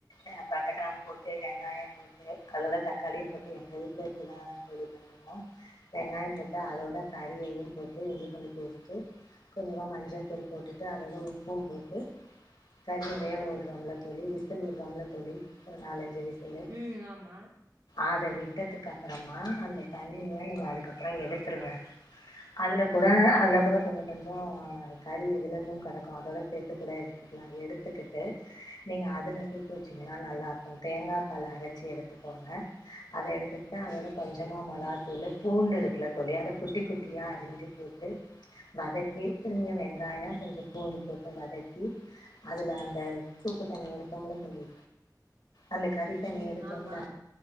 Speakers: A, on the left; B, on the right.
A: அ படடக்ராம் போட்டு வெங்காயோ போட்டு அதோட தக்காளியுபோட்டு எங்க வீட்ல இப்டிதா தோழி பண்ணுவோ வெங்காயோ போட்டு அதோட கறியயு போட்டு இஞ்சி புண்டு பேசட்டு கொஞ்சமா மஞ்சத்தூள் போட்டுட்டு அதோட உப்பும் போட்டு கறியை வேவ விடுறோம்ல தோழி விசில் விடுறோம்ல தோழி ஒரு நாலஞ்சு விசிலு
B: ம் ஆமா
A: ஆதவி கட்டத்துக்கு அப்பறம் <unintelligible> அந்த தண்ணிய நீங்க அதுக்கப்றோ எடுத்துருங்க அதல கூட அதல கூட கொஞ்சோ கொஞ்சோ கறி விழுந்து கடக்கு அதோட சேர்த்து கூட எடுத்துக்கலா எடுத்துக்கிட்டு நீங்கள் அதில் சூப்பு வச்சீங்கன்னா நல்லா இருக்கு தேங்கா பால் அரச்சி எடுத்துகோங்க அத எடுத்துக்கிட்டு அதோட கொஞ்சமா மெளத்தூளு பூண்டு இருக்குல தோழி அத குட்டி குட்டியா அரிஞ்சு போட்டு வதக்கி திரும்மியு வெங் காயம் கொஞ்சோ பூண்டு போட்டு வதக்கி அதுல அந்த சூப்பு தண்ணி எடுத் தொம்ல தோழி அந்த கறி தண்ணி
B: ம்
A: எடுத்தோம்ல
B: ஆமா